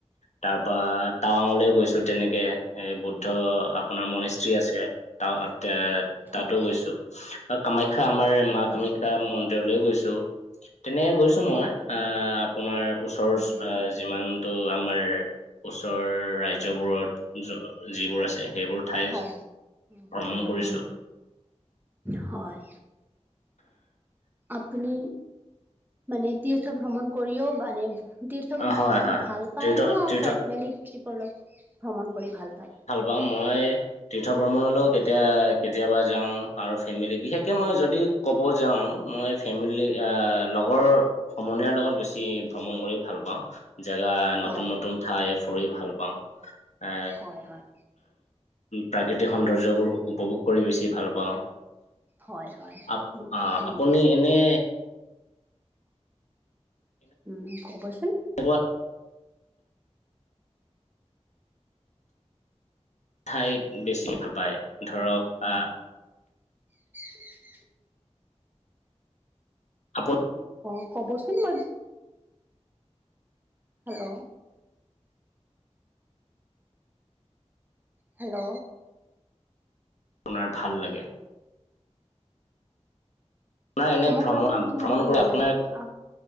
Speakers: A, on the left (about 75°); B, on the right (about 15°).
A: তাৰ পৰা টাৱাংলৈ গৈ তেনেকে এই বুদ্ধ আপোনাৰ মণস্ৰী আছে ত এ তাতো
B: হয়
A: গৈছো আৰু কামাখ্যা আমাৰ মা
B: উম
A: কামাখ্যা ম লৈ গৈছো। তেনেক গৈছো মই
B: হয় হয়
A: আহ আপোনাৰ ওচৰৰ
B: উম
A: যিমান তো আমাৰ ওচৰ ৰাজ্যবোৰত যিবোৰ আছে সেইবোৰ ঠাই
B: হয় উম
A: ভ্ৰমণ
B: উম
A: কৰিছো
B: হয়। আপুনি মানে তীৰ্থ ভ্ৰমণ কৰিও মানে তীৰ্থ ভূমি
A: হয়
B: কৰ
A: হয়
B: ভাল
A: তীৰ্থ
B: পায় ন,
A: তীৰ্থ
B: ফেমিলি ট্ৰিপৰ ভ্ৰমণ কৰি ভাল পায়?
A: বা মই তীৰ্থ ভ্ৰমণলৈ
B: অ
A: কেতিয়া কেতিয়াবা যাং আৰু ফেমিলি বিশেষকে মই যদি ক'ব যাং মই ফেমিলি এ লগৰ সমনীয়াৰ লগত বেছি ভ্ৰমণ কৰি ভাল পাওঁ জেগা নতুন
B: অ
A: নতুন ঠাই ফুৰি ভাল পাওঁ। এ
B: হয় হয়
A: প্ৰাকৃতিক সৌন্দৰ্যবোৰ
B: উম
A: উপভোগ কৰি বেছি ভাল পাওঁ।
B: হয় হয়
A: আ
B: উম
A: অ
B: উম।
A: আপুনি এনে
B: উম ক'বচোন।
A: <unintelligible> ঠাই বেছি ভাল পায় ধৰক আ
B: <unintelligible>
A: আপোন
B: অ ক'বচোন মই হেল্ল'। হেল্ল'।
A: আপোনাৰ ভাল লাগে। আপোনাৰ এনে
B: ক্ষমা
A: ভ্ৰমণ
B: কৰিব কিন্তু
A: ভ্ৰমণ
B: মই শুনা
A: কৰি আপোনাৰ
B: নাই আ